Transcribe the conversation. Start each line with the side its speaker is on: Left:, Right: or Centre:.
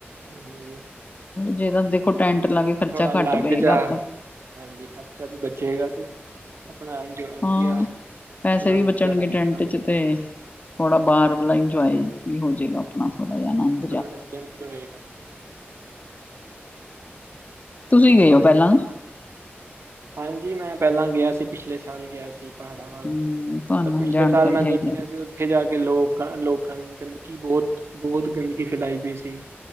Right: ਨਹੀਂ
Left: ਜੇ ਤਾ ਦੇਖੋ ਟੈਂਟ ਲਾ ਕੇ ਖਰਚਾ
Right: ਥੋੜਾ ਅਲੱਗ
Left: ਘੱਟ ਪਏਗਾ
Right: ਜਾ
Left: ਆਪਾਂ।
Right: ਹਾਂਜੀ ਖਰਚਾ ਵੀ ਬਚੇਗਾ ਤੇ ਆਪਣਾ ਵਧੀਆ
Left: ਹਾਂ ਪੈਸੇ
Right: ਮਨੋਰੰਜਨ
Left: ਵੀ ਬਚਣਗੇ
Right: ਹੋਏਗਾ
Left: ਟੈਂਟ ਚ ਤੇ ਥੋੜਾ ਬਾਹਰ ਵਾਲਾ ਇੰਜੋਏ ਵੀ ਹੋਜੇਗਾ ਆਪਣਾ ਥੋੜਾ ਜਾ ਅਨੰਦ।
Right: ਮਨੋਰੰਜਨ ਵੀ ਹੋਏਗਾ।
Left: ਤੁਸੀਂ
Right: ਮਨੋਰੰਜਨ,
Left: ਗਏ ਹੋ ਪਹਿਲਾਂ
Right: ਹਾਂਜੀ ਮੈਂ ਪਹਿਲਾਂ ਗਿਆ ਸੀ, ਪਿਛਲੇ ਸਾਲ ਗਿਆ ਸੀ। ਪਹਾੜਾਂ ਵੱਲ,
Left: ਹੂੰ ਤੁਹਾਨੂੰ
Right: ਪਰ ਪਿਛਲੇ
Left: ਜਾਣਕਾਰੀ
Right: ਸਾਲ ਮੈਂ ਦੇਖਿਆ
Left: ਹੈਗੀ ਆ
Right: ਸੀ ਓ ਇੱਥੇ ਜਾ ਕੇ ਲੋਕ ਨੇ - ਲੋਕਾਂ ਨੇ ਗੰਦਗੀ ਬਹੁਤ-ਬਹੁਤ ਗੰਦਗੀ ਫੈਲਾਈ ਪਈ ਸੀ।